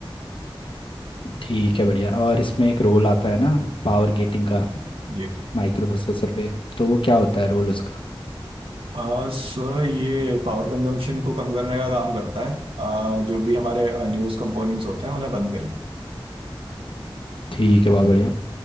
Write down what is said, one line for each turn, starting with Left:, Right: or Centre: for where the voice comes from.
Left: ठीक है बढ़िया और इसमें एक रोल आता है ना पावर गेटिंग का
Right: Ji
Left: माइक्रो प्रोसेसर पे तो वो क्या होता है रोल उसका
Right: आ, Sir ये पावर कंजम्पशन को कम करने का काम करता है आ, जो भी हमारे अनयूज कंपोनेंट्स होते हैं उन्हें बंद करके
Left: ठीक है बहुत बढ़िया